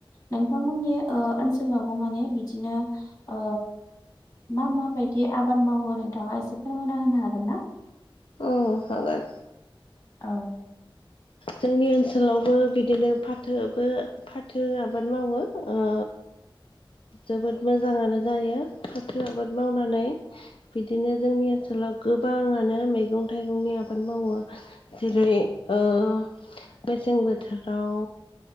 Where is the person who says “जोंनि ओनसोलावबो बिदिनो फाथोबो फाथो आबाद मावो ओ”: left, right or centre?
Left